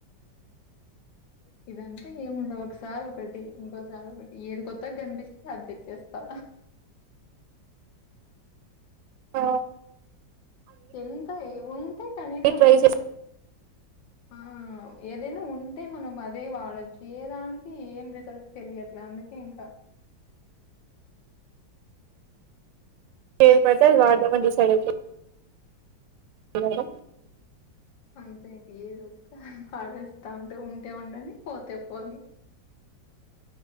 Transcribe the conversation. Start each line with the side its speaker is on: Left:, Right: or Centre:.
Left: ఇదంతే ఏం ఉండవక్ ఒకసారి ఒకటి ఇంకోసారి ఒకటి ఏది కొత్తగా కనిపిస్తే అది తెచ్చేస్తా
Right: ఆ
Left: ఎంత ఉంటే కనీసం
Right: ట్రై చే
Left: ఆ ఏదైనా ఉంటే మనం అదే వాడోచ్చు ఏ దానికి ఏం రిజల్ట్ తెలియట్లే అందుకే ఇంకా
Right: ఏది పడితే అది వాడదాం అని డిసైడ్ అయిపో ఆ
Left: అంతే ఇక ఏది వస్తే అది వాడేస్తా ఉంటే ఉండనీ పోతే పోని